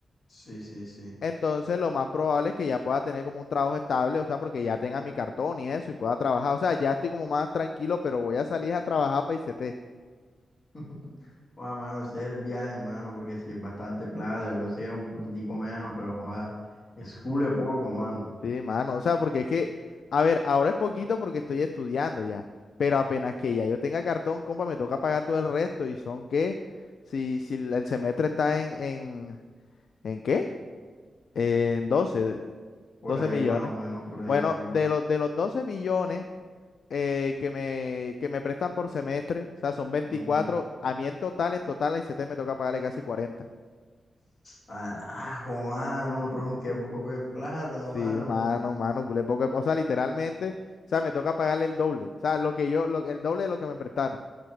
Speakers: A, on the left (about 45°); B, on the left (about 75°).
A: Sí, sí, sí.
B: Entonces, lo más probable es que ya pueda tener como un trabajo estable, o sea, porque ya tenga mi cartón y eso y pueda trabajar. O sea, ya estoy como más tranquilo, pero voy a salir a trabajar para ICT.
A: <laughs> Bueno, mano, ese es el viaje, mano, porque si es bastante plata, yo pensé que era un poquitico menos, pero joda, es cule poco, mano.
B: Sí, mano, o sea, porque es que, a ver, ahora es poquito porque estoy estudiando ya, pero apenas que ya yo tenga cartón, compa, me toca pagar todo el resto y son que, si, si el el semestre está en, en, ¿en qué? En doce,
A: Por
B: doce
A: ahí
B: millones.
A: más o menos, por ahí,
B: Bueno,
A: por ahí.
B: de los, de los 12 millones eh, que me, que me prestan por semestre, o sea, son veinticuatro
A: Ujú.
B: a mí en total, en total, a te me toca pagarle casi 40.
A: Carajo, mano, tron, qué poco de plata,
B: Sí,
A: mano.
B: mano, mano, culé poco. O sea, literalmente, o sea, me toca pagarle el doble, o sea, lo que yo, lo, el doble de lo que me prestaron.